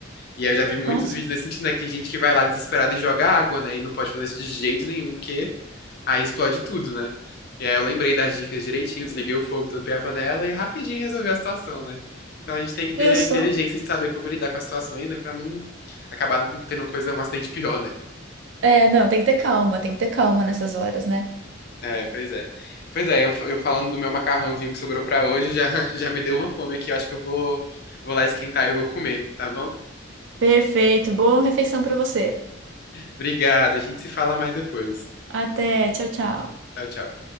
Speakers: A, on the left; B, on the right.
A: E aí eu já vi muitos
B: Nossa,
A: vídeos nesse sentido, né? Que tem gente que vai lá desesperada e joga água, né? E não pode fazer isso de jeito nenhum, porque aí explode tudo, né? E aí eu lembrei das dicas direitinho, desliguei o fogo, tampei a panela e rapidinho resolvi a situação, né? Então a gente tem que ter
B: viu só?
A: inteligência de saber como lidar com as situações, né? Pra não acabar não tendo uma coisa, um acidente pior, né?
B: É, não, tem que ter calma, tem que ter calma nessas horas, né?
A: É, pois é. Pois é, eu, eu falando do meu macarrãozinho que sobrou pra hoje, já, <laughs> já me deu uma fome aqui. Eu acho que eu vou, vou lá esquentar e eu vou comer, tá bom?
B: Perfeito, boa refeição pra você.
A: Obrigado, a gente se fala mais depois.
B: Até, tchau, tchau.
A: Tchau, tchau.